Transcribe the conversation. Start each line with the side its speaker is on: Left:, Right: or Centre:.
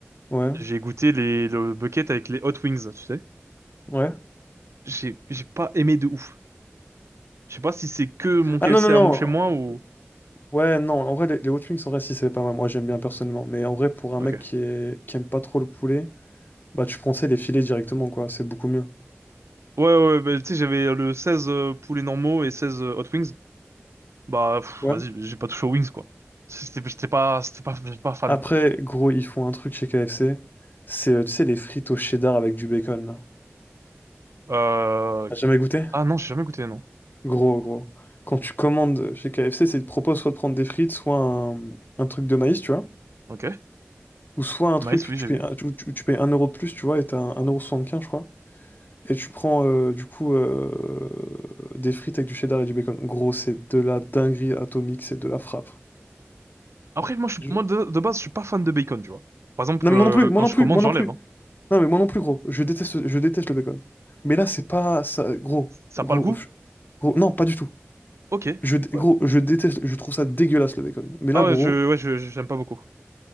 Left: Ouais,
Right: J'ai goûté les, le bucket avec les hot wings, tu sais.
Left: ouais.
Right: J'ai, j'ai pas aimé de ouf. Je sais pas si c'est que mon KFC
Left: Ah non, non, non.
Right: à, mo- chez moi ou.
Left: Ouais, non, en vrai, les, les hot wings, en vrai, si, c'est pas mal. Moi, j'aime bien personnellement. Mais en vrai, pour un
Right: Ok.
Left: mec qui est... qui aime pas trop le poulet, bah, tu prends, tu sais, les filets directement, quoi. C'est beaucoup mieux.
Right: Ouais, ouais, ouais, bah, tu sais, j'avais le 16 euh, poulets normaux et 16 euh, Hot Wings. Bah, pff,
Left: Ouais.
Right: vas-y, j'ai pas touché aux Wings, quoi. Si, C'était, j'étais pas, c'était pas, j'étais pas fan.
Left: Après, gros, ils font un truc chez KFC. C'est, euh, tu sais, les frites au cheddar avec du bacon, là.
Right: Euh...
Left: T'as jamais goûté?
Right: Ah non, j'ai jamais goûté, non.
Left: Gros, gros. Quand tu commandes chez KFC, c'est ils te proposent soit de prendre des frites, soit un, un truc de maïs, tu vois.
Right: Ok.
Left: Ou soit un
Right: Maïs,
Left: truc,
Right: oui,
Left: où tu
Right: j'ai
Left: payes,
Right: vu.
Left: un- tu, tu- tu payes 1 euro de plus, tu vois, et t'as un- 1,75€, je crois. Et tu prends, euh, du coup, euh, des frites avec du cheddar et du bacon. Gros, c'est de la dinguerie atomique, c'est de la frappe.
Right: Après, moi, je suis,
Left: Je-
Right: moi de, de base, je suis pas fan de bacon, tu vois. Par exemple,
Left: Non, mais
Right: euh,
Left: moi non plus, moi
Right: quand
Left: non
Right: je
Left: plus,
Right: commande,
Left: moi
Right: j'enlève,
Left: non plus.
Right: hein.
Left: Non, mais moi non plus, gros. Je déteste, je déteste le bacon. Mais là, c'est pas ça, gros.
Right: Ça
Left: Gros,
Right: a pas le goût?
Left: je- gros, non, pas du tout.
Right: Ok.
Left: Je, dé-
Right: Ouais.
Left: gros, je déteste, je trouve ça dégueulasse, le bacon. Mais
Right: Ah
Left: là, gros,
Right: ouais, je, ouais, je, je- j'aime pas beaucoup.